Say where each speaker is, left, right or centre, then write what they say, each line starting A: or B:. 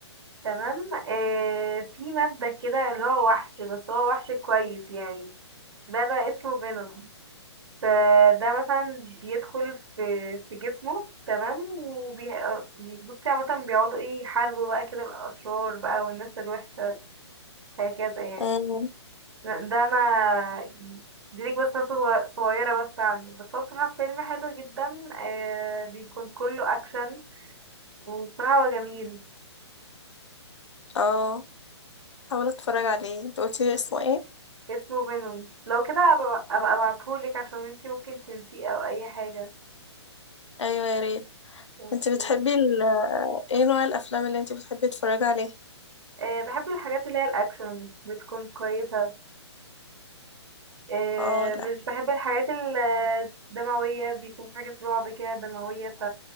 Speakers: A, on the right; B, on the left.
A: تمام آه في مادة كده اللي هو وحش بس هو وحش كويس يعني ده بقى اسمه فينوم فده مثلا بيدخل في في جسمه تمام وبي بصي عامة بيقعدوا ايه يحاربوا بقى كده الأشرار بقى والناس الوحشة هكذا يعني
B: مم.
A: ده ده انا يعني دي ليك بس نفسه صغ- صغيرة بس عنه بس هو بصراحة فيلم حلو جدا آه بيكون كله اكشن وبصراحة هو جميل
B: اه حاول اتفرج عليه انت قلتي لي اسمه ايه
A: اسمه فينوم لو كده ابقى أبقى ابعتهولك عشان انتي ممكن تنسيه او اي حاجة
B: ايوه يا ريت
A: اوكي
B: انت بتحبي ال... ايه نوع الافلام اللي انت بتحبي تتفرجي عليها
A: آه بحب الحاجات اللي هي الاكشن بتكون كويسة آه،
B: اه
A: مش
B: لا
A: بحب الحاجات ال- الدموية بيكون في حاجات رعب كده دموية ف